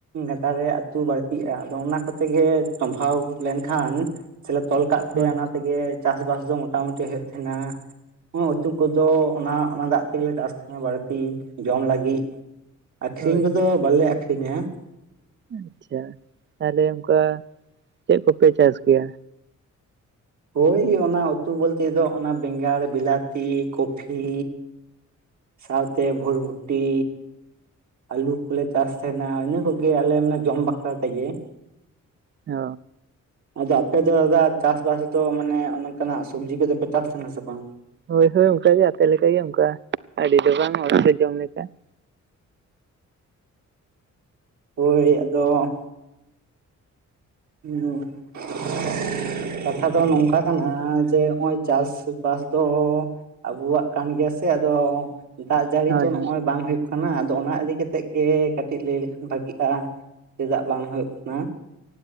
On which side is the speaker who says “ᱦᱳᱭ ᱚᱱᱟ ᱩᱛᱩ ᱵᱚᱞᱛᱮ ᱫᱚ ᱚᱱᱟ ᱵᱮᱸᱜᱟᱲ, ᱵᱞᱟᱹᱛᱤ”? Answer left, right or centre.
Right